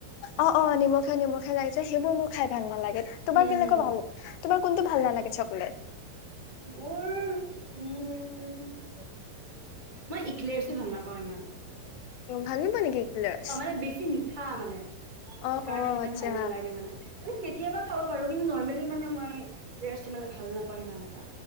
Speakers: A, on the left (about 90°); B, on the right (about 15°).
A: অ', অ', নিমখিয়া নিমখিয়া লাগিছে সেইবোৰ মোৰ খাই ভাল নালাগে
B: হুম
A: তোমাৰ কেনেকুৱা
B: হুম
A: ভাল তোমাৰ কোনটো? ভাল নালাগে চকলেট।
B: মোৰ উ মই ইক্লেইৰাচো ভাল নাপাওঁ ইমান।
A: ভালনোপোৱা নেকি? এগিলাচ
B: অ' মানে বেছি মি হা মানে
A: অ
B: সেইকাৰণে
A: অ
B: মানে
A: আচ্ছা
B: ভাল নালাগে মানে মানে কেতিয়াবা খাব পাৰো। নৰ্মেলি মানে মই <unintelligible> মানে ভাল নাপাওঁ ইমান এটা।